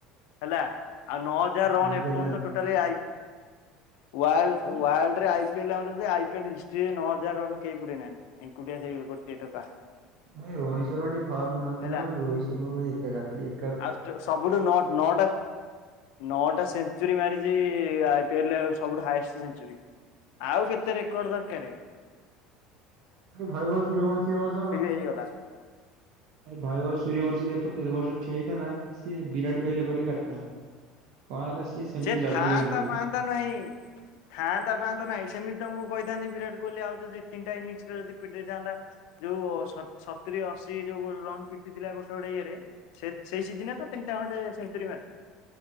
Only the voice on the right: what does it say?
ଏମିତିଆ
ତାହାଲେ।
ନାଇ ରୋହିତ ଶର୍ମା ଟିକେ ଫର୍ମ ନଥିଲା,
ରୋହିତ ଶର୍ମା କୁ ପା ଏକା କାଫି।
ଏ ଭଇବର ସୂର୍ଯ୍ୟବଂଶୀ ଏ ବର୍ଷ,
ଭଇବର ସୂର୍ଯ୍ୟବଂଶୀ ଏ ବର୍ଷ ଠିଆହେଇ ତେ ନା ସେ ବିରାଟ କୋହିଲି ରେକର୍ଡ ବି କାଟିଥାନ୍ତା। କଣ ହେଲା ସିଏ ସେମିତି
ଜଗିକି
ଖେଳୁନଥିଲା।